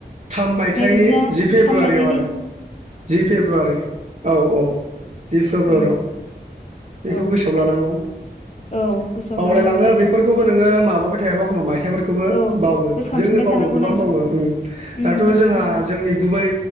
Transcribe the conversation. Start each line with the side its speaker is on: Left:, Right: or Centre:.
Right: थाम मायथाइनि
Left: नैरोजा
Right: जि फेब्रुवारियाव
Left: थाम मायथाइनि
Right: आरो जि फेब्रुवारि औ औ । जि फेब्रुवारियाव
Left: उम
Right: बेखौ
Left: औ
Right: गोसोआव लानांगौ । बावलायलाङो
Left: औ गोसोआव लानांगौथ' आरो
Right: बेफोरखौबो नोङो माबाबाय थायाबा एखमबा मायथाइफोरखौबो
Left: औ
Right: बावो ‌।
Left: गोसोखांफिनबाय
Right: जोंनो बावो
Left: थानांगौना
Right: गोबां बावो उम दाथ'
Left: उम
Right: जोंहा
Left: औ
Right: जोंनि गुबै